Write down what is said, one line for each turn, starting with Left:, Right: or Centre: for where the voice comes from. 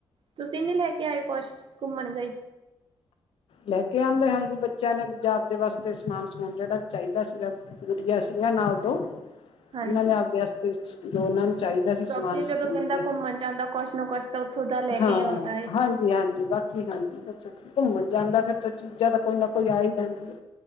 Right: ਤੁਸੀਂ ਨਹੀਂ ਲੈ ਕੇ ਆਇ ਕੁਛ ਘੁੰਮਣ ਗਏ।
Left: ਲੈ ਕੇ ਆਉਂਦੇ ਹਾਂ ਜੀ ਬੱਚਿਆਂ ਨੇ ਜਾ ਆਪਦੇ ਵਾਸਤੇ ਸਮਾਨ ਸਮਾਨ ਜਿਹੜਾ ਚਾਹੀਦਾ ਸੀਗਾ ਗੁੜੀਆ ਸੀ। ਨਾਲ ਦੋ ਉਹਨਾਂ
Right: ਹਾਂਜੀ
Left: ਨੇ ਅਗਸਤ ਵਿੱਚ ਦੋਨਾਂ ਨੂੰ ਚਾਹੀਦਾ ਸੀ ਸਮਾਨ
Right: ਕਿਉਂਕਿ ਜਦੋਂ
Left: ਸਰੀ
Right: ਬੰਦਾ
Left: ਕੇ
Right: ਘੁੰਮਣ ਜਾਂਦਾ ਕੁਛ ਨਾ ਕੁਛ ਤਾਂ ਉੱਥੋਂ ਦਾ ਲੈ
Left: ਹਾਂ
Right: ਕੇ ਹੀ ਆਉਂਦਾ ਹੈ
Left: ਹਾਂਜੀ ਹਾਂਜੀ ਬਸ ਸੀ ਹਾਂਜੀ ਹਾਜੀ ਬੱਚੇ ਠੀਕ ਨ ਫਿਰ ਤਾਂ ਚੀਜ਼ਾਂ ਦਾ ਕੋਈ ਨਾ ਕੋਈ ਆ ਹੀ ਜਾਂਦੀ